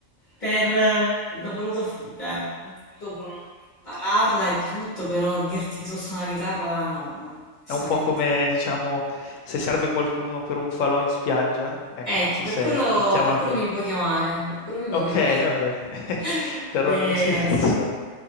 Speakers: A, on the left; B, on the left.
A: per... eh, l'ho voluto, f- cioè, ho voluto mm, impararla e tutto, però dirti che so suonare la chitarra no, mm, onestamente.
B: È un po' come, diciamo, se serve qualcuno per un falò in spiaggia, ecco
A: Ecco,
B: tu ci
A: per
B: sei,
A: quello,
B: mettiamola
A: per quello
B: così.
A: mi puoi chiamare, per quello mi puoi
B: Okay,
A: chiamare.
B: vabbè,
A: <laughs>
B: <laughs> terrò
A: Le-
B: in considerazione.